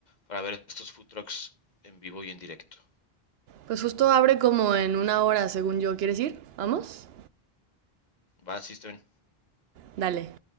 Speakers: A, on the left; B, on the right.
A: para ver estos food trucks en vivo y en directo.
B: Pues justo abre como en una hora, según yo. ¿Quieres ir? ¿Vamos?
A: ¿Va, System
B: Dale.